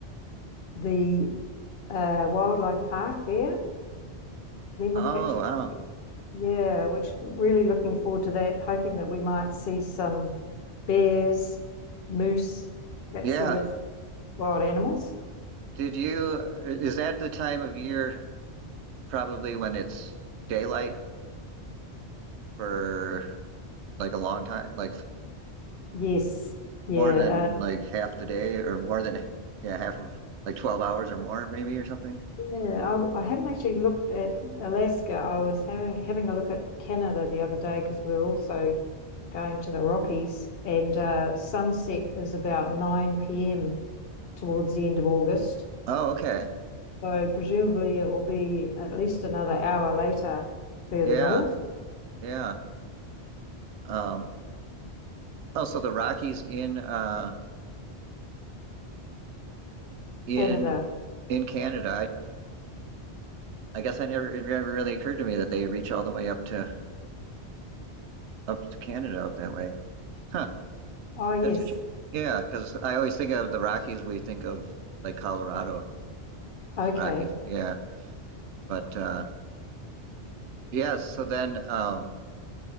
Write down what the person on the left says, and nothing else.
the uh, wildlife park there Then we
catch
it. Yeah, which we're really looking forward to that, hoping that we might see some bears, moose, that
sort of wild animals.
Yes. Yeah.
Uh,
yeah. I, I haven't actually looked at Alaska. I was having having a look at Canada the other day because we're also going to the Rockies, and uh, sunset is about 9 p.m. towards the end of August.
So presumably it will be at least another hour later further
north,
Canada.
Oh, yes.
Okay.